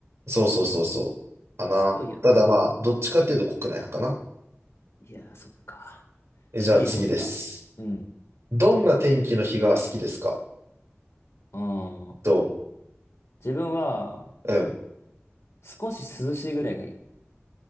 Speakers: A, on the right; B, on the left.
A: そうそうそうそう。かな。
B: すごいよな。
A: ただまあ、どっちかっていうと国内派かな。
B: いやー、そっか。
A: え、じゃあ次です。
B: 次行こうじゃあ。うん。
A: どんな天気の日が好きですか
B: ああ。
A: と、
B: 自分は、
A: うん。
B: 少し涼しいぐらいがいい。